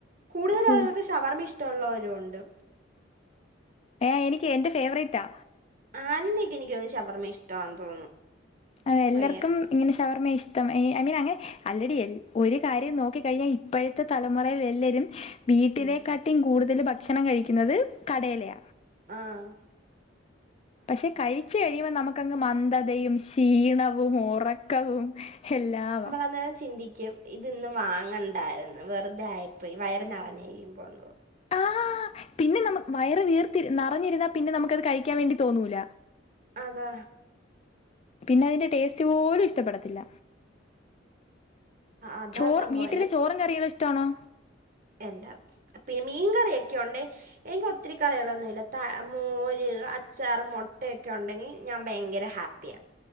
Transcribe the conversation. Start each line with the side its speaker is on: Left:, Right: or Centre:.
Right: കൂടുതൽ ആളുകൾക്ക്
Left: ഓ
Right: ശവർമ്മ ഇഷ്ടമുള്ളവരു ഉണ്ട്
Left: ഏഹ് എനിക്ക് എന്റെ ഫേവറേറ്റാ
Right: ആനിനേക്ക് എനിക്ക് ഷവർമ ഇഷ്ടമാന്ന് തോന്നുന്നു
Left: അഹ് എല്ലാർക്കും
Right: ഭയങ്കര
Left: ഇങ്ങനെ ശവർമ്മ ഇഷ്ടം ഐ മീൻ അങ്ങനെ അല്ലടിയല്ല ഒരു കാര്യം നോക്കി കഴിഞ്ഞാൽ ഇപ്പോഴത്തെ ത്തെ തലമുറയിൽ എല്ലരും വീട്ടിലെക്കാട്ടി
Right: ഉം.
Left: കൂടുതൽ ഭക്ഷണം കഴിക്കുന്നത് കടേയിലയ
Right: ആഹ്
Left: പക്ഷെ കഴിച്ചു കഴിയുമ്പോൾ നമുക്കങ് മന്ദതയും ഷീ ണവും ഉറക്കവും എല്ലാവാ
Right: അന്നേരം ചിന്തിക്കും ഇതിന്ന് വാങ്ങണ്ടായിരുന്നു വെറുതൊയിപ്പോയി വയറി നിറഞ്ഞിരിക്കുമ്പം തോന്നു
Left: ആഹ് പിന്നെ നമ വയറ് വീർത്തി നറഞ്ഞിരുന്നാ പിന്നെ നമുക്ക്ത് കഴിക്കാൻ വേണ്ടി തോന്നൂല
Right: അതാ
Left: പിന്നെ അതിന്റെ ടേസ്റ്റ് പോലും ഇഷ്ടപ്പെടത്തില്ല
Right: അതാ
Left: ചോറ്
Right: സംഭവം
Left: വീട്ടിലെ ചോറും കറികളും ഇഷ്ടമാണോ
Right: എല്ലാം പിന്നെ മീൻകറിയൊക്കെ ഉണ്ടേ എനിക്ക് ഒത്തിരി കറികളൊന്നുല്ല ത മോര് അച്ചാറ് മുട്ടയൊക്കെ ഉണ്ടെങ്കി ഞാൻ ഭയങ്കര ഹാ പ്പിയാ